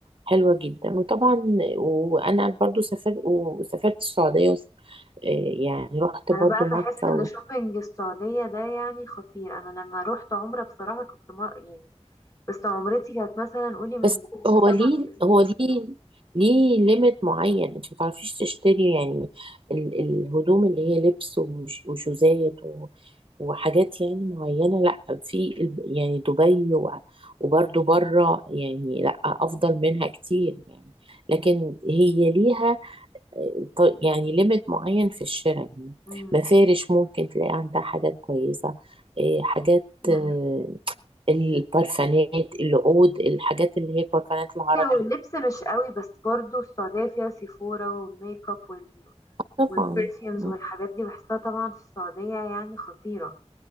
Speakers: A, on the right (about 50°); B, on the left (about 30°).
A: حلوة جدا وطبعا وأنا برضو سافرت وسافرت السعودية وس- آه، يعني رحت
B: انا
A: برضو
B: بقى
A: مكة
B: بحس ان شوبينج السعودية ده يعني خطير انا لما روحت عمرة بصراحة كنت ما يعني بس عمرتي كانت مثلا قولي من
A: بس
B: ست
A: هو
B: سبع
A: ليه
B: سنين
A: هو ليه ليه ليميت معين انت ما تعرفيش تشتري يعني ال- الهدوم اللي هي لبس ومش- وشوزات و- وحاجات يعني معينة لا في ال- يعني دبي و- وبرضو بره يعني لا افضل منها كتير يعني لكن هي ليها ط- يعني ليميت معين في الشراء يعني
B: مم.
A: مفارش ممكن تلاقي عندها حاجات كويسة إيه، حاجات
B: مم.
A: آه، البرفانات العود الحاجات اللي هي البرفانات العربي
B: هو اللبس مش قوي بس برضو السعودية فيها سيفورا والميك اب وال
A: طبعا
B: والبرفيومز
A: م-
B: والحاجات دي بحسها طبعا في السعودية يعني خطيرة